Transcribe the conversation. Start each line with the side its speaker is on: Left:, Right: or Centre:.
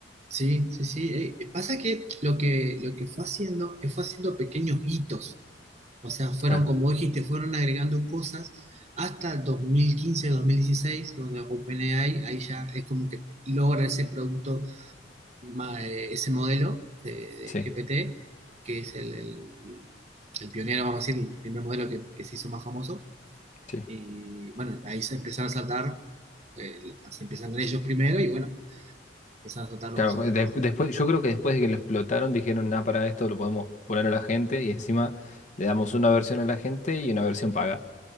Right: Sí, sí, sí. Eh, eh, pasa que lo que lo que fue haciendo, que fue haciendo pequeños hitos. O sea, fueron,
Left: Claro,
Right: como dijiste, fueron agregando cosas hasta dos dos mil quince dos mil dieciséis donde OpenAI ahí ya es como que logra ese producto, ma- eh, ese modelo de, de
Left: sí,
Right: GPT, que es el, el- el el pionero, vamos a decir, el primer modelo que, que se hizo más famoso.
Left: sí.
Right: Y bueno, ahí se empezaron a saltar, eh, se empiezan con ellos primero y bueno. empiezan a saltar los
Left: Claro,
Right: otros.
Left: de-
Right: Los...
Left: después, yo creo que después de que lo explotaron dijeron, nada, para esto lo podemos poner a la gente y encima le damos una versión a la gente y una versión paga.